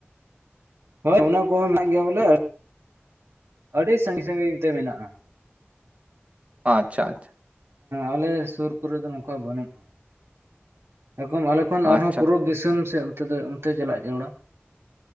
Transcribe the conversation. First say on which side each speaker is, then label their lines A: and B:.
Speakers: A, on the right; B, on the right.
A: ᱚᱱᱟ ᱠᱚᱦᱚᱸ ᱢᱮᱱᱟᱜ ᱜᱮᱭᱟ ᱵᱚᱞᱮ ᱟᱹᱰᱤ ᱥᱟᱺᱜᱤᱧ ᱥᱟᱺᱜᱤᱧ ᱧᱚᱜ ᱛᱮ ᱢᱮᱱᱟᱜᱼᱟ
B: ᱟᱪᱪᱷᱟ ᱟᱪᱪᱷᱟ
A: ᱟᱞᱮ ᱥᱩᱨ ᱠᱚᱨᱮ ᱫᱚ ᱱᱚᱝᱠᱟ ᱵᱟᱹᱱᱩᱜᱼᱟ ᱮᱠᱫᱚᱢ ᱟᱞᱮ ᱛᱚ ᱠᱷᱚᱱ ᱟᱨᱦᱚᱸ
B: ᱟᱪᱪᱷᱟ
A: ᱯᱩᱨᱩᱵᱽ ᱫᱤᱥᱚᱢ ᱥᱮ ᱚᱱ ᱚᱱᱛᱮ ᱪᱟᱞᱟᱜ ᱡᱟᱹᱨᱩᱲᱟ